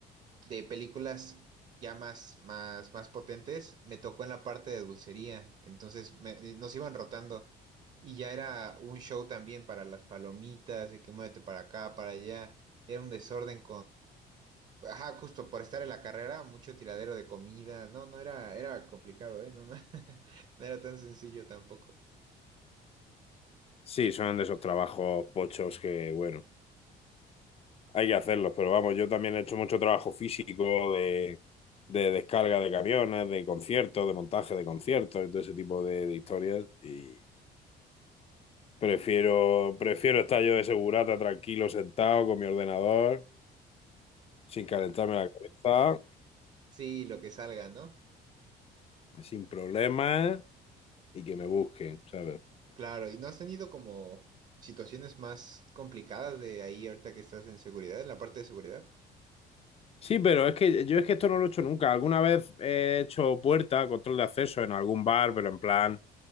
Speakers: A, on the right; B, on the left.
A: de películas ya más, más, más potentes, me tocó en la parte de dulcería. Entonces me- eh, nos iban rotando. Y ya era un show también para las palomitas, de que muévete para acá, para allá. Era un desorden Ajá, justo por estar en la carrera, mucho tiradero de comida. No, no era, era complicado, ¿eh? No, no, <laughs> no era tan sencillo tampoco.
B: Sí, son de esos trabajos pochos que, bueno, hay que hacerlos, pero vamos, yo también he hecho mucho trabajo físico de, de descarga de camiones, de conciertos, de montaje de conciertos, y todo ese tipo de, de historias. Y prefiero, prefiero estar yo de segurata, tranquilo, sentado con mi ordenador, sin calentarme la cabeza
A: Sí, lo que salga, ¿no?
B: sin problemas y que me busquen, ¿sabes?
A: Claro, ¿y no has tenido como situaciones más complicadas de ahí ahorita que estás en seguridad, en la parte de seguridad?
B: Sí, pero es que yo es que esto no lo he hecho nunca. Alguna vez he hecho puerta, control de acceso en algún bar, pero en plan,